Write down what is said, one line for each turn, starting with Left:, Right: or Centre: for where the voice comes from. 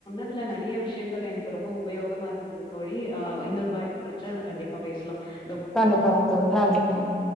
Left: அதுல நெறியா விஷயங்கள் எனக்கு ரொம்ப உபயோகமா இருந்தது தோழி அஹா இன்னொரு வாய்ப்பு கெடைச்சா கண்டிப்பா பேசுலா
Centre: கண்டிப்பாங் தோழி நன்றி நன்றி